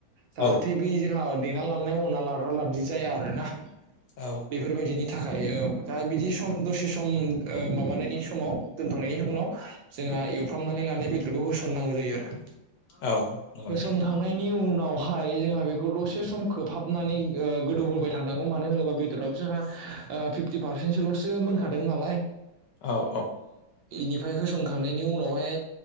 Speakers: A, on the right; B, on the left.
A: जाहाथे
B: औ
A: बै जोंहा देना लानाय उना लाद्रा -लाद्रि जाया आरो ना
B: औ
A: बेफोरबायदिनि थाखाय औ दा बिदि सम दसे सम, ओ माबानायनि समाव दोनथ'नायनि उनाव जों जोंहा एवफ्रामनानै लानाय बेदरखौ होसननांगौ जायो आरो।
B: औ नंगौ नोंथां
A: होसनखांनायनि उनावहाय जोंहा बेखौ दसे सम खोबहाब <unintelligible> ओ गोदौहोबाय थानांगौ मानो होनोबा बेदरावबो जोंहा ओ फिफ्टि पारसेन्टसोलसो मोनखादों नालाय।
B: औ, औ।
A: बेनिफ्राय होसनखांनायनि उनावहाय